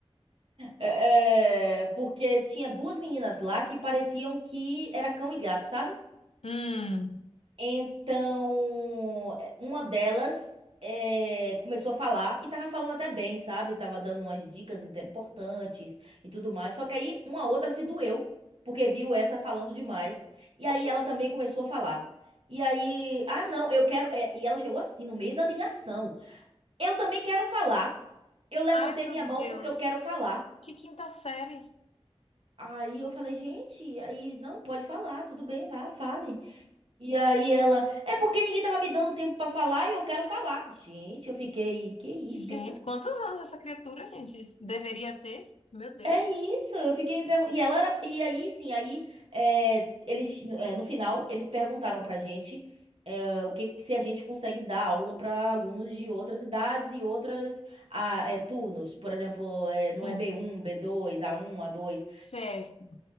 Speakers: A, on the right; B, on the left.
A: É, é, porque tinha duas meninas lá que pareciam que era cão e gato, sabe?
B: Hum.
A: Então, é, uma delas é, começou a falar e tava falando até bem, sabe? Tava dando umas dicas inte- importantes e tudo mais. Só que aí uma outra se doeu, porque viu essa falando demais. E aí
B: Gente,
A: ela também começou a falar. E aí, ah, não, eu quero. é, E ela chegou assim, no meio da ligação. Eu também quero falar. Eu levantei
B: ai, meu
A: minha mão
B: Deus.
A: porque eu quero falar.
B: Que quinta série.
A: Aí eu falei, gente, aí não, pode falar, tudo bem, vá, fale. E aí ela, é porque ninguém tava me dando tempo pra falar e eu quero falar. Gente, eu fiquei, que isso?
B: Gente,
A: Que que tá...
B: quantos anos essa criatura, gente, deveria ter? Meu Deus.
A: É isso, eu fiquei me perguntando. E ela era, e aí sim, aí é, eles, é, no final, eles perguntaram pra gente é, o que que- se a gente consegue dar aula pra alunos de outras idades e outras ah, é, turnos. Por exemplo, é,
B: Sim.
A: não é b um b dois a um a dois
B: Certo.